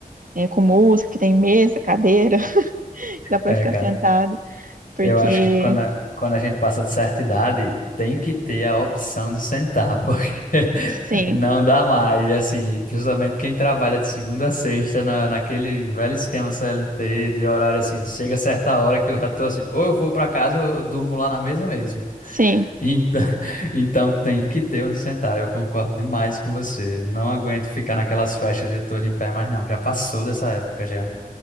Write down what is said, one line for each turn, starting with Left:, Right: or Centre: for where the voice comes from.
Right: É, com música, que tem mesa, cadeira, <laughs> que dá pra
Left: É,
Right: ficar
Left: cara,
Right: sentado. Porque,
Left: eu acho que quando a, quando a gente passa de certa idade, tem que ter a opção de sentar, porque <laughs>
Right: sim,
Left: não dá mais, assim, principalmente quem trabalha de segunda a sexta na, naquele velho esquema CLT de horário, assim, chega a certa hora que eu já tô assim, ou eu vou pra casa ou eu durmo lá na mesa mesmo.
Right: sim,
Left: Então, <laughs> então tem que ter onde sentar, eu concordo demais com você. Não aguento ficar naquelas festas o dia todo em pé, mas não, já passou dessa época já.